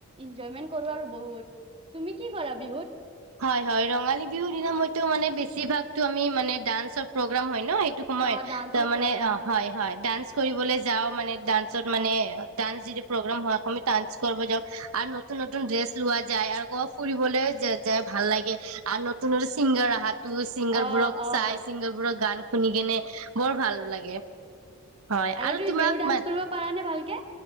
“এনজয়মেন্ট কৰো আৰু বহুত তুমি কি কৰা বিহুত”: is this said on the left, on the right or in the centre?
Right